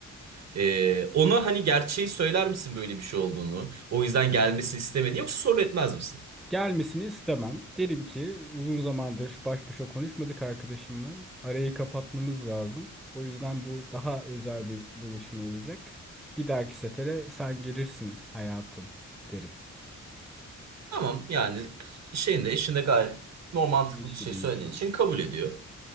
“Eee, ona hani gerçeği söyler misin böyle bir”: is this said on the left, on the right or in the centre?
Right